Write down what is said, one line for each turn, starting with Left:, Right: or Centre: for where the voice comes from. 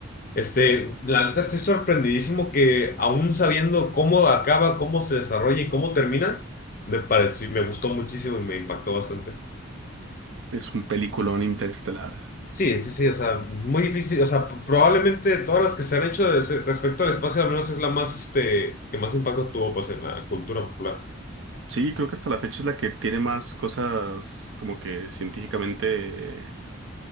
Left: Este, la neta estoy sorprendidísimo que aún sabiendo cómo acaba, cómo se desarrolla y cómo termina, me pareció, me gustó muchísimo y me impactó bastante.
Right: Es un peliculón Interestelar.
Left: Sí, sí, sí, o sea, muy difícil, o sea, p- probablemente de todas las que se han hecho de ese- respecto al espacio, al menos es la más, este, que más impacto tuvo, pues, en la cultura popular.
Right: Sí, creo que hasta la fecha es la que tiene más cosas como que científicamente